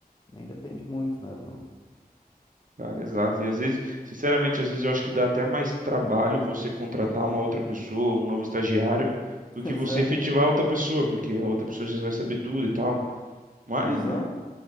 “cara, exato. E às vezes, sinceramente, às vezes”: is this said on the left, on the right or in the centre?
Right